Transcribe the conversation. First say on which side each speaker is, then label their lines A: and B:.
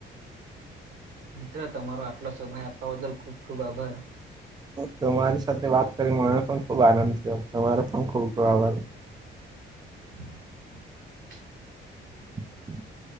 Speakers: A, on the right; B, on the right.
A: મિત્ર તમારો આટલો સમય આપવા બદલ ખુબ ખુબ આભાર
B: તમારી સાથે વાત કરી મને પણ ખુબ આનંદ થયો તમારો પણ ખુબ પ્રભર
A: <inaudible>
B: <inaudible>